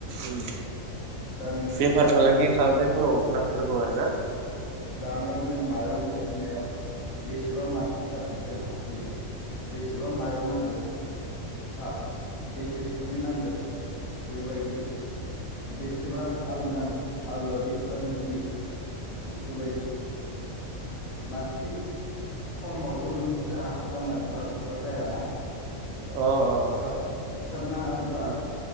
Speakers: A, on the right; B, on the left.
A: उम
B: दा नोङो
A: बेफार
B: जानायावबो
A: फालांगि खालामनायफोराव
B: नों
A: नांथारगौ आरो ना?
B: जानायावबो नों माइरंखौ सुनायाव बेस सेबां मानसि जागोन जोंहा दिनै बेसेबां माइरं नांगोन हिसाब बेसे खुरै नांगोन बेफोरबायदिनो बेसेबां आलु नांगोन? आलुवआ बेसे बां गिदिर बेफोरबायदि मानसि खमावथ' नों बुरजा जानला मोनानला संबा जायाना।
A: औ अ
B: हिसाब
A: अ
B: हिसाब नाङा होमब्ला?
A: अ